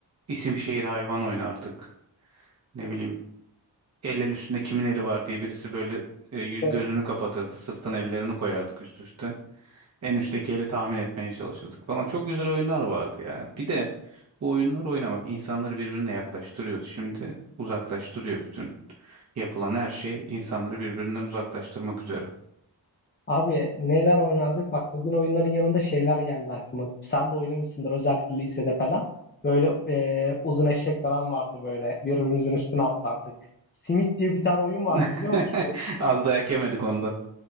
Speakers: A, on the right; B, on the left.
A: isim şehir hayvan oynardık. Ne bileyim el el üstünde kimin eli var diye birisi böyle e, yüz-
B: Evet.
A: gözünü kapatırdı. Sırtına ellerini koyardık üst üste. En üstteki eli tahmin etmeye çalışırdık falan. Çok güzel oyunlar vardı ya. Bir de bu oyunlar oynamak insanları birbirine yaklaştırıyordu. Şimdi uzaklaştırıyor bütün yapılan her şey insanları birbirinden uzaklaştırmak üzere.
B: Abi neler oynardık bak dediğin oyunların yanında şeyler geldi aklıma. Sen de oynamışsındır özellikle lisede falan. Böyle e, uzun eşek falan vardı böyle birbirimizin üstüne atlardık. Simit diye bir tane oyun
A: <laughs>
B: vardı biliyor musun? Böyle
A: Az dayak yemedik onda.